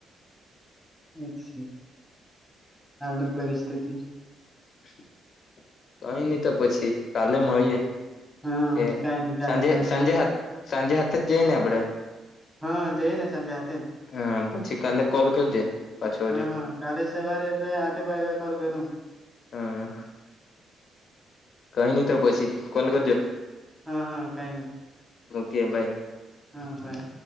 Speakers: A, in the centre; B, on the left.
A: અચ્છા હાલની પરિસ્થિતિ
B: <inaudible> કઈ ની તો પછી કાલે મળીએ.
A: હા
B: કે
A: કાઈ નઈ કાલે
B: સાંજે
A: મળે
B: સાંજે સાંજે હાથે જ જઈ ને આપડે.
A: હા જઈએ ને સાંજે હાથે
B: હમ પછી કાલે કોલ કરજે. પાછો
A: હા
B: હજુ
A: હા કાલે સવારે એટલે આઠેક વાગે કોલ કરું.
B: હા. કઈ ની તો પછી કોલ કરજો.
A: હા હા કાઈ ની.
B: ઓકે બાય
A: હા બાય